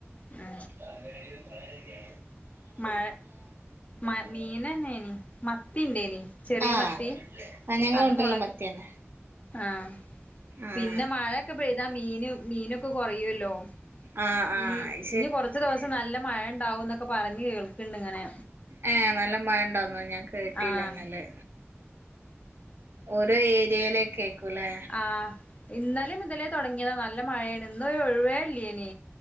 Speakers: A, on the left (about 30°); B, on the right (about 55°).
A: മ്
B: അങ്ങനെയാണേലും പറയാതിരി
A: മാ മ മീ പിന്നന്നനി മത്തി ഉണ്ടേനി ചെറിയ
B: ആഹ്
A: മത്തി
B: ആഹ് ഞങ്ങളെ
A: അത്
B: വീട്ടിലും
A: മുളക്
B: മത്തിയന്നെ
A: ആഹ്
B: ആഹ്
A: പിന്നെ മഴൊക്കെ പെയ്താ മീന് മീനൊക്കെ കുറയുല്ലോ
B: ആഹ് ആഹ്
A: മ്
B: അത്
A: ഇനി കൊറച്ച് ദിവസം നല്ല മഴ ഉണ്ടാവും എന്നൊക്കെ- പറഞ്ഞ് കേൾക്കണ്ട് ഇങ്ങനെ
B: ഏ നല്ല മഴണ്ടന്നു ഞാൻ കേട്ടില്ല
A: ആഹ്
B: എന്നല് ഓരോ ഏരിയേലേകേക്കൂലേ
A: ആഹ് ഇന്നലെ മുതലേ തുടങ്ങിയതാ നല്ല മഴയാണ് ഇന്നൊരു ഒഴുവേല്ലേനി